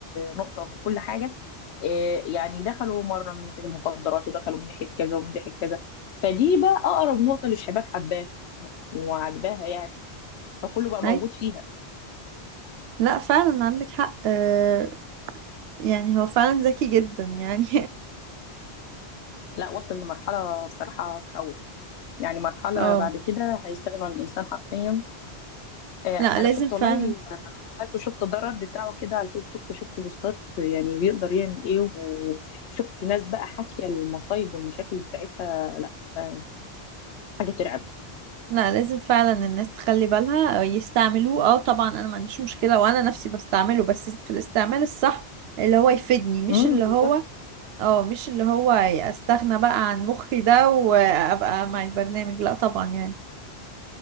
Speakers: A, on the left; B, on the right.
A: نقطة ومن كل حاجة آه، يعني دخلوا مرة من ناحية المخدرات ودخلوا من ناحية كذا ومن ناحية كذا فدي بقى أقرب نقطة للشباب حباها وعجباها يعني فكله بقى
B: أي
A: موجود فيها
B: لا فعلا عندك حق آه، يعني هو فعلا ذكي جدا يعني
A: لا وصل لمرحلة بصراحة تخوف يعني مرحلة
B: <laughs> اه
A: بعد كده هيستغنوا عن الإنسان حرفيا آه، أنا
B: لا لازم
A: شفت
B: فعلا
A: والله لما دخلت وشفت الضرر بتاعه كده على الفيسبوك وشفت بوستات يعني بيقدر يعمل إيه وشفت ناس بقى حاكية المصايب والمشاكل بتاعتها لا آه، حاجة ترعب
B: لا لازم فعلا الناس تخلي بالها أو يستعملوه اه طبعا انا ما عنديش مشكلة وانا نفسي بستعمله بس في الاستعمال الصح اللي هو يفيدني مش
A: امم
B: اللي
A: بالظبط
B: هو اه مش اللي هو استغنى بقى عن مخي ده وابقى مع البرنامج لا طبعا يعني